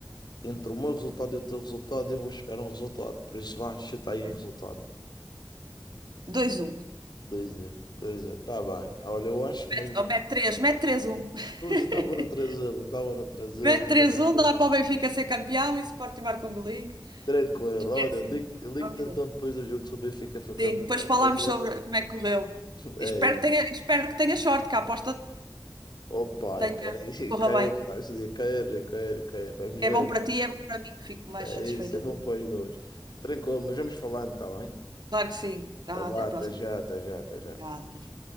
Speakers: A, on the left (about 70°); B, on the right (about 70°).
A: entre o meu resultado e o teu resultado, eu vou chegar a um resultado, por isso vá, chuta
B: Ok.
A: aí um resultado.
B: 2-1.
A: dois zero dois zero tá bem. Olha, eu acho
B: Mete,
A: mesmo.
B: oh, mete 3, mete três um
A: Hoje
B: <laughs>
A: estava no trasão, eu estava no trasão,
B: Mete
A: estava
B: 3-1,
A: no trasão.
B: dá para o Benfica ser campeão e o Sporting marca um golinho.
A: Tranquilo, olha,
B: É assim.
A: ligo, ligo-te
B: Vamos
A: então
B: ver.
A: depois do jogo se o Benfica for campeão,
B: Sim, depois
A: tranquilo?
B: falámos sobre
A: <laughs>
B: como é que correu.
A: É
B: Espero
A: isso.
B: que tenha, espero que tenha sorte, que a aposta
A: Oh pai,
B: tenha,
A: quero ir, <laughs>
B: corra
A: quero,
B: bem.
A: pá, esse dia quero, quero, quero, vamos
B: É
A: ver.
B: bom para ti, é bom para mim, que fico mais
A: É
B: satisfeita.
A: isso, é bom
B: também.
A: para os dois. Tranquilo, mas vamos falando, está bem?
B: Claro que sim. Tá,
A: Então
B: até
A: vá,
B: à
A: até
B: próxima.
A: já, até já, até já.
B: Obrigada, até já.